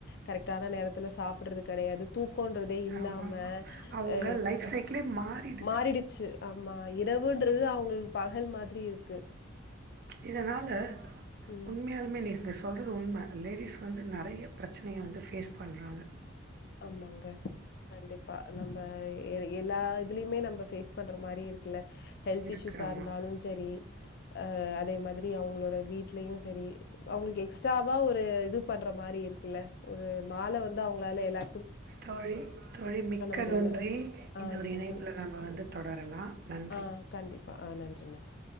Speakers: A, on the left; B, on the right.
A: கரெக்டான நேரத்துல சாப்புறது கெடையாது தூக்கன்றதே இல்லாம
B: ஆமாம் ஆமாம் அவங்க
A: ஆ
B: லைஃப் சைக்கிளே மாறிடுது
A: மாறிடுச்சு ஆமா இரவுன்றது அவுங்களுக்கு பகல் மாதிரி இரு
B: இதனால
A: ம்.
B: உண்மையாலுமே நீ ங்க சொல்றது உண்ம லேடிஸ் வந்து நறைய பிரச்சனைய வந்து ஃபேஸ் பண்றாங்க
A: ஆமாங்க கண்டிப்பா நம்ம எல்லா இதுலயுமே நம்ம ஃபேஸ் பண்ற மாரி இருக்குல்ல ஹெல்த்
B: இருக்கு
A: இஸ்யூஸா
B: ஆமாம்
A: இருந்தாலு செரி ஆ அதே மாதிரி அவுங்களோட வீட்லயு செரி அவுங்களுக்கு எக்ஸ்ட்ராவா ஒரு இது பண்ற மாரி இருக்குல்ல ஒரு நாள வந்து அவுங்களால எல்லா
B: தோழி தோழி மிக்க
A: முடியல
B: நன்றி
A: ஆ
B: இன்னொரு
A: நன்றி
B: இணைப்புல நம்ம வந்து தொடரலா நன்
A: ஆ கண்டிப்பா ஆ நன்றி நன்றி